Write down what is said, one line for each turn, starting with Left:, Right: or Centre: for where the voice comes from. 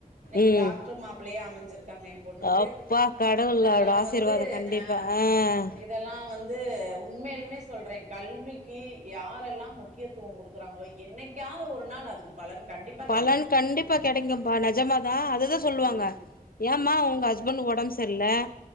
Right: இன்னைக்கி
Left: ம்
Right: டாக் இதுவேஅமைஞ்சிருக்கு இருக்காங்க என் பொண்ணுக்கு
Left: அப்பா கடவுளோட
Right: இதெல்லாம்
Left: ஆசீர்வாதோ
Right: வந்துஆ
Left: கண்டிப்பா ஆ
Right: இதெல்லாம் வந்து உண்மையிலுமே ‌சொல்றேன் கல்விக்கு யாரெல்லாம் முக்கியத்துவம் கொடுக்கறாங்களோ என்னைக்காவது ஒரு நாள் அதுக்கு பலன் கண்டிப்பா
Left: பலன்
Right: கிடைக்கும்
Left: கண்டிப்பா கெடைக்கும்பா நெஜமா தான் அதுதான் சொல்லுவாங்க
Right: உம்
Left: ஏம்மா உங் ஹஸ்பண்ட் உடம்பு சரியல